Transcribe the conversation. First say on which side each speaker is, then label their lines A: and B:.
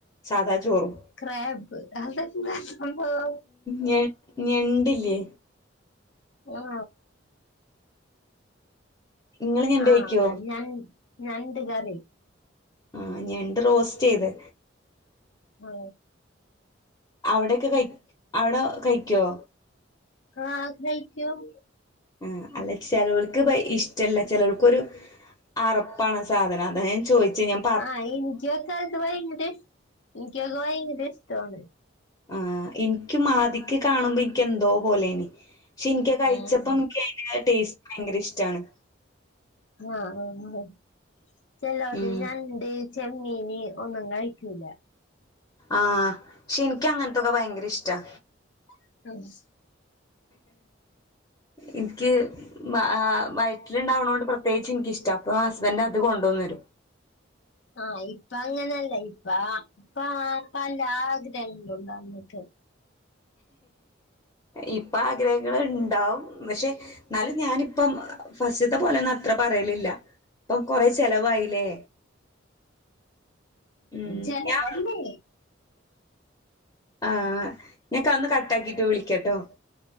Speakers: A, on the left (about 20°); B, on the left (about 70°).
A: സാധാ ചോറും
B: ക്രാബ് അതെന്താ സംഭവം
A: ഞ ഞണ്ടില്ലേ
B: ഓഹ്
A: ഇങ്ങള് ഞണ്ട്
B: ആഹ്
A: കഴിക്കോ
B: ഞ ഞണ്ട് കറി
A: ആ ഞണ്ട് റോസ്റ്റ് ചെയ്ത്.
B: ആ.
A: അവിടെയൊക്കെ കഴി അവിടെ കഴിക്കോ
B: ആഹ് കഴിക്കും
A: ആഹ് അല്ല ചെലോർക്ക് ഭയ ഇഷ്ടമല്ല ചെലർക്കൊരു അറപ്പാണ് ആ സാധനം അതാ ഞാൻ ചോയിച്ചിനം
B: ആഹ് ഇൻക്കൊക്കെ അത് ഭയങ്കര ഇൻക്കൊക്കെ ഭയങ്കര ഇഷ്ടവാണ്
A: ആഹ് ഇൻക്കും ആദ്യൊക്കെ കാണുമ്പോ എനിക്ക് എന്തോ പോലെനി പക്ഷെ ഇൻക്ക് കഴിച്ചപ്പം
B: ഉം
A: ആ ടേസ്റ്റ് ഭയങ്കര ഇഷ്ടാണ്
B: ആഹ് ആഹ് ചേലോ <unintelligible>
A: ഉം
B: ഞണ്ട്. ചെമ്മീന് ഒന്നും കഴിക്കൂല.
A: ആഹ് എനിക്ക് അങ്ങനത്തൊക്കെ ഭയങ്കര ഇഷ്ടാ
B: <unintelligible>
A: എനിക്ക് ആഹ് വയറ്റിലുണ്ടാവണത് കൊണ്ട് പ്രത്യേകിച്ച് എനിക്കിഷ്ട അപ്പ ഹസ്ബന്റ് അത് കൊണ്ടു വന്നു തരും
B: ആഹ് ഇപ്പ അങ്ങനല്ല ഇപ്പ പാ പല ആഗ്രഹങ്ങളുണ്ടാരുന്ന് <unintelligible>
A: ഇപ്പ ആഗ്രഹങ്ങൾ ഉണ്ടാവും പക്ഷെ എന്നാലും ഞാനിപ്പം ഫസ്റ്റത്തെപോലെന്നും അത്ര പറയലില്ല ഇപ്പം കുറെ ചെലവായില്ലേ ഉം
B: ചെലവല്ലേ
A: ഞാൻ ആഹ് ഞാൻ ഒന്ന് കട്ട് ആക്കിട്ട് വിളിക്കാട്ടോ